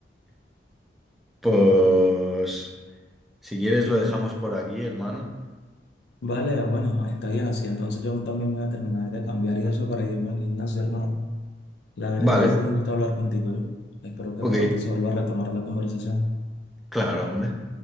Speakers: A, in the centre; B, on the left.
A: Pues si quieres lo dejamos por aquí, hermano.
B: Vale, ah, bueno, está bien así. Entonces yo también voy a terminar de cambiar y eso para irme al gimnasio, hermano. La verdad
A: Vale,
B: que fue un gusto hablar contigo, yo. Espero que
A: ok,
B: pronto se vuelva a retomar la conversación.
A: claro, hombre.